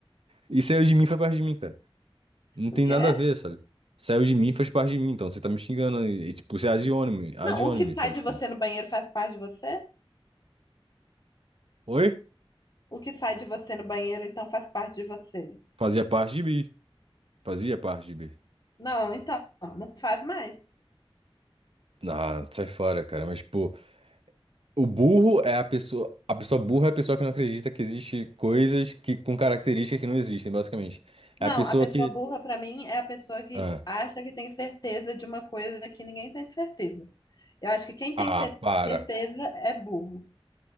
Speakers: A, on the right; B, on the left.
A: e saiu de mim foi parte de mim, cara. Não
B: o
A: tem
B: que
A: nada
B: é?
A: a ver, sabe? Saiu de mim faz parte de mim, então você tá me xingando e, e, tipo, você é ad hominem, ad
B: Não, o
A: hominem,
B: que sai
A: sabe?
B: de
A: Tipo,
B: você no banheiro faz parte de você?
A: oi?
B: O que sai de você no banheiro, então faz parte de você.
A: Fazia parte de mim, fazia parte de mim.
B: Não, então, não faz mais.
A: Ah, sai fora, cara. Mas, pô, o burro é a pessoa. A pessoa burra é a pessoa que não acredita que existe coisas que, com características que não existem, basicamente. É
B: Não,
A: a pessoa
B: a pessoa
A: que.
B: burra, pra mim, é a pessoa que
A: Ah,
B: acha que tem certeza de uma coisa que ninguém tem certeza. Eu acho que quem
A: ah,
B: tem cer-
A: para.
B: certeza é burro.